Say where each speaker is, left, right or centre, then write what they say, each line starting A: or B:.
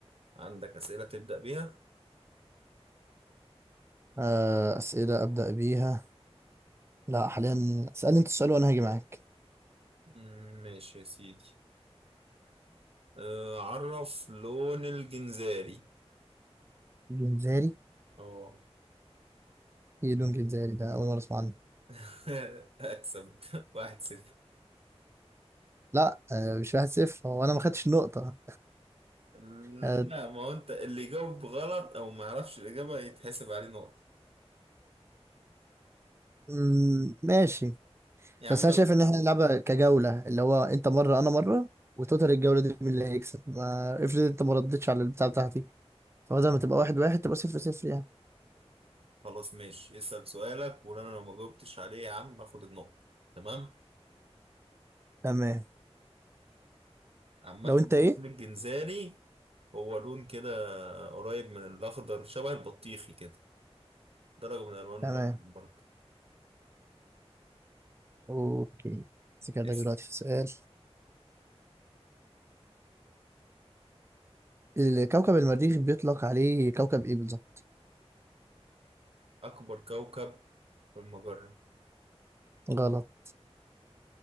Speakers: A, on the right; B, on the right.
A: عندك اسئله تبدا بيها
B: آه اسئله ابدا بيها لا حاليا اسالني انت السؤال وانا هاجي معاك
A: مم، ماشي يا سيدي آه، عرف لون الجنزاري
B: جنزاري
A: اه
B: ايه لون جنزاري ده اول مره اسمع عنه
A: <laughs> اكسب <laughs> واحد صفر
B: لا آه مش واحد صفر هو انا ما خدتش النقطه
A: مم،
B: آه
A: لا ما هو انت اللي يجاوب غلط او ما يعرفش الاجابه يتحسب عليه نقطه
B: مم، ماشي
A: يا
B: بس
A: عم
B: انا
A: لو
B: شايف ان احنا نلعبها كجوله اللي هو انت مره انا مره وتوتال الجوله دي مين اللي هيكسب ما افرض انت ما ردتش على البتاع بتاعتي فبدل ما تبقى واحد واحد تبقى صفر صفر يعني
A: خلاص ماشي اسال سؤالك وانا لو ما جاوبتش عليه يا عم اخد النقطه تمام
B: تمام
A: عامة
B: لو انت
A: اللون
B: ايه
A: الجنزاني هو لون كده قريب من الأخضر شبه البطيخي كده درجة من ألوان
B: تمام
A: الأخضر برضه
B: اوكي سكرتك
A: اس
B: دلوقتي في سؤال الكوكب المريخ بيطلق عليه كوكب ايه بالظبط
A: أكبر كوكب في المجرة
B: غلط